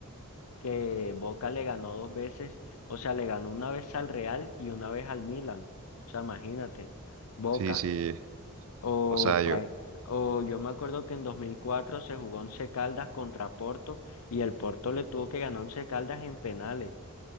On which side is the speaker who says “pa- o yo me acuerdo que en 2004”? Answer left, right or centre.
Left